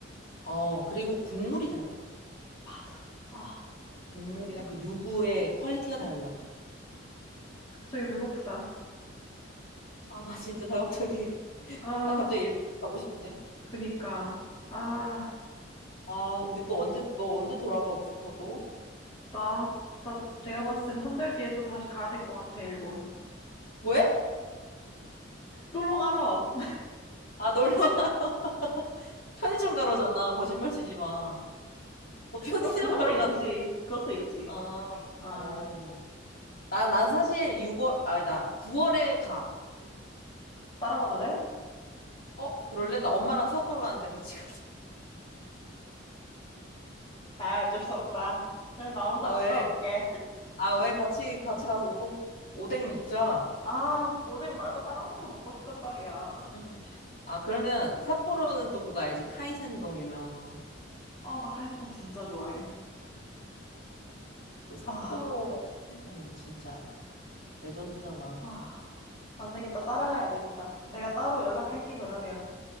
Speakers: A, on the left; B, on the left.
A: 어, 그리고 국물이 달라.
B: 맞아. 아,
A: 국물이랑
B: 갑자기,
A: 그 유부의 퀄리티가 달라.
B: 갑자기 배고프다.
A: 아, 나 진짜, 나 갑자기, <laughs>
B: 아,
A: 나 갑자기 일본 가고 싶네.
B: 그니까. 아,
A: 아, 우리 또 언제, 너 언제 돌아가고 싶어, 또?
B: 나, 나, 내가 봤을 땐 한 달 뒤에 또 다시 가야 될 것 같아, 일본.
A: 왜?
B: 놀러 가러. <laughs>
A: 아, 놀러 가. <laughs> 편의점 가러잖아. 거짓말 치지 마. 너 편의점
B: 어, 그것도
A: 가러
B: 있지.
A: 가는 거야.
B: 그것도 있지.
A: 아,
B: 아,
A: 어. 난, 난 사실 6월, 아니다. 9월에 가.
B: 따라가도 돼?
A: 어, 그럴래? 나 엄마랑 삿포로 가는데 같이 가자.
B: 아, 어쩔 수 없다. 그럼 나 혼자
A: 아,
B: 갔다
A: 왜?
B: 올게.
A: 아, 왜 같이 같이 가서 오동 오뎅 먹자.
B: 아, 오뎅 말고 다른 것도 먹고 싶단 말이야.
A: 응. 아, 그러면 삿포로는 또 그거 알지? 카이센동 유명한 거.
B: 아, 나칼이센동 진짜 좋아해.
A: 또 삿포로가
B: 아,
A: 카이센동 진짜 레전드잖아.
B: 아, 안 되겠다. 따라가야 되겠다. 내가 따로 연락할게, 그러면.